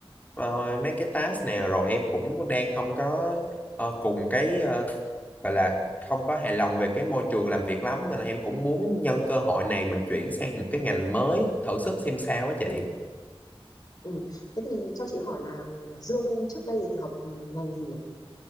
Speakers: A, on the left; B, on the left.
A: ờ, mấy cái task nào rồi em cũng đang không có ờ, cùng cái ờ, gọi là không có hài lòng về cái môi trường làm việc lắm, nên là em cũng muốn nhân cơ hội này mình chuyển sang một cái ngành mới, thử sức xem sao á chị.
B: Ừ, ừ. Thế thì cho chị hỏi là à, Dương trước đây học ừ, ngành gì nhỉ?